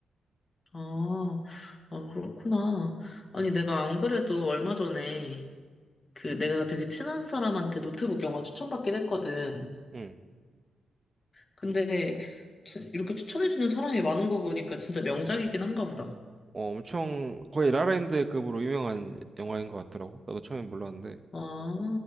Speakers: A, on the left (about 45°); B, on the right (about 40°).
A: 아, 아, 그렇구나. 아니, 내가 안 그래도 얼마 전에 그 내가 되게 친한 사람한테 노트북 영화 추천받긴 했거든.
B: 응.
A: 근데 치- 이렇게 추천해주는 사람이 많은 거 보니까 진짜 명작이긴 한가 보다.
B: 어, 엄청 거의 라라랜드급으로 유명한 영화인 것 같더라고. 나도 처음에 몰랐는데.
A: 아,